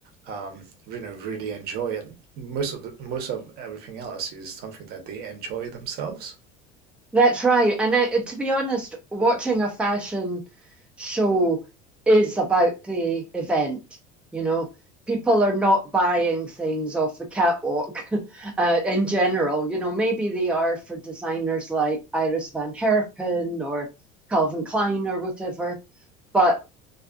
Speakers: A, on the right (about 55°); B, in the centre.
A: um you know really enjoy and most of the, most of everything else is something that they enjoy themselves.
B: That's right. And I, to be honest, watching a fashion show is about the event. You know, people are not buying things off the catwalk <laughs> uh, in general. You know, maybe they are for designers like Iris Van Herpen or Calvin Klein or whatever, but